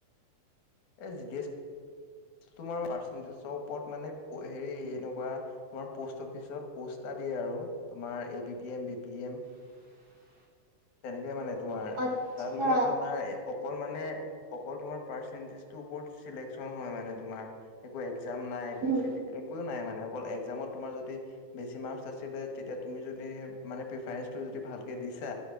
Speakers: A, on the left; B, on the right.
A: এ জি ডি এছ তোমাৰ পাৰ্চেন্টেজ ওপৰত মানে হেৰি এনেকুৱা তোমাৰ পষ্ট অফিচত পষ্ট দিয়ে আৰু তোমাৰ A B P M B P M.
B: <unintelligible>
A: তেনেকে মানে তোমাৰ
B: আচ্ছা
A: তাত মানে তোমাৰ অকল মানে অকল তোমাৰ পাৰ্চেন্টেজ টোৰ ওপৰত শ্লেকচন হ'য় তোমাৰ সেইটোৱেই। একজাম নাই একো
B: উম
A: ফিজ একো নাই মানে। একাজমত তোমাৰ যদি বেছি মাৰ্ক আছিলে, তেতিয়া তুমি যদি মানে প্ৰিফাৰেনচ যদি ভালকে দিছা